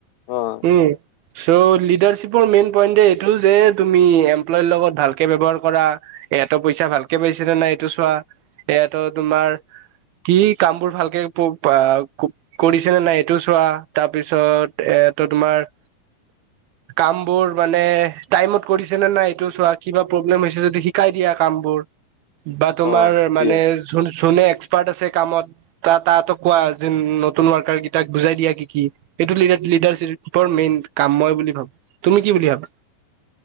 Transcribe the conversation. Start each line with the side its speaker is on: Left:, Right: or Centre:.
Left: অঁ।
Right: উম চ' লিডাৰশ্বিপৰ মেইন পইন্ট এইটো যে তুমি এমপ্লয়ৰ লগত ভাল কে ব্যৱহাৰ কৰা এহেঁতৰ পইচা ভালকে পাইছে নে নাই এইটো চোৱা এহেঁতৰ তোমাৰ কি কাম বোৰ ভালকে প অ কৰিছে নে নাই এইটো চোৱা তাৰপিছত এ ত তোমাৰ কাম বোৰ মানে টাইমত কৰিছে নে নাই এইটো চোৱা। কিবা প্ৰব্লেম হৈছে যদি শিকাই দিয়া কাম বোৰ বা তোমাৰ
Left: অ', এতিয়া
Right: মানে জোন জোনে এক্সপাৰ্ট আছে কামত তা তাহাঁতক কোৱা যে নতুন ৱৰ্কাৰ কেইটাক বুজাই দিয়া কি কি এইটো লিডাৰশ্বিপৰ মেইন কাম মই বুলি ভাবো। তুমি কি বুলি ভাবা?